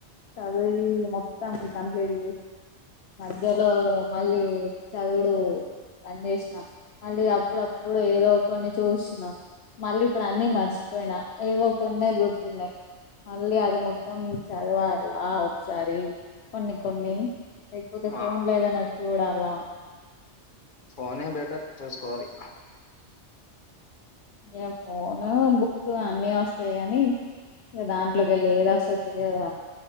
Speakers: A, on the left; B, on the left.
A: చదివి మొత్తం కంప్లేట్ మధ్యలో మళ్ళీ చదువుడు బండ్ చేసిన మళ్ళీ అప్పుడప్పుడు ఏదో కొన్ని చూసిన మళ్ళీ ఇప్పుడు అన్ని మర్చిపోయిన ఏవో కొన్న గుర్తున్నాయి మళ్ళీ అది మొత్తం చదవాలాల ఒకసారి కొన్ని కొన్ని లేకపోతే ఫోన్
B: ఆ
A: లో ఏదైనా చూడాలా
B: ఫోనే బెటర్ చూసుకోవాలి
A: ఇ ఫోను బుక్ అన్ని వస్తాయి గానీ దాంట్లోకి వెళ్ళి ఏదవస్తాది తెలియదా